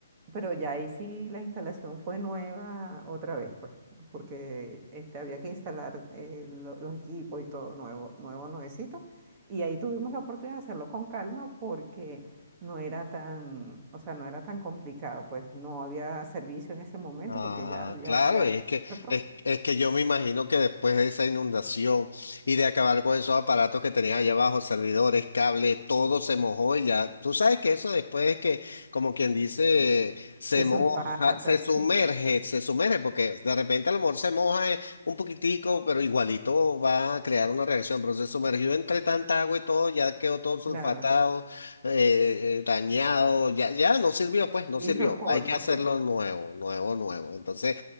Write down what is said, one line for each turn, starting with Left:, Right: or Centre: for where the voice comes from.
Right: pero ya ahí sí la instalación fue nueva otra vez, pues, porque este, había que instalar eh, lo- los equipos y todo nuevo, nuevo, nuevecito. Y ahí tuvimos la oportunidad de hacerlo con calma porque no era tan, o sea, no era tan complicado, pues no había servicio en ese momento
Left: Ah,
Right: porque ya, ya,
Left: claro,
Right: ya,
Left: y es que,
Right: ¿cierto?
Left: es, es que yo me imagino que después de esa inundación y de acabar con esos aparatos que tenían allá abajo, servidores, cable, todo se mojó y ya, tú sabes que eso después es que, como quien dice, se
Right: Se sulfata,
Left: moja, se sumerge,
Right: sí,
Left: se sumerge, porque de repente a lo mejor se moja eh, un poquitico, pero igualito va a crear una reacción, pero se sumergió entre tanta agua y todo, ya quedó todo sulfatado
Right: claro.
Left: eh, eh, dañado, ya, ya no sirvió, pues no
Right: Hizo
Left: sirvió.
Right: corto,
Left: Hay que hacerlo
Right: sí.
Left: nuevo, nuevo, nuevo. Entonces,